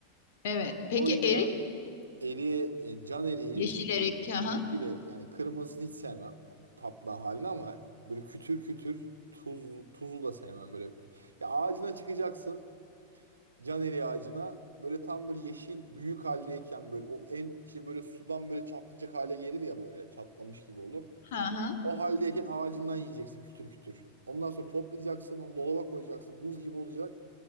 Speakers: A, on the left; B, on the right.
A: Evet. Peki
B: O yüzden
A: erik,
B: eriği, e, can eriği
A: yeşil erik. Aha.
B: Yeşili yani kırmızısını hiç sevmem o tatlı halini ama böyle kütür kütür tuz, tuzu da sevmem böyle. Ya ağacına çıkacaksın can eriği ağacına böyle tam böyle yeşil büyük haldeyken böyle o en şey böyle sudan böyle çatlayacak hale gelir ya böyle çatlamış gibi olur.
A: Aha.
B: O haldeyken ağacından yiyeceksin kütür kütür. Ondan sonra toplayacaksın onu dolaba koyacaksın buz gibi olacak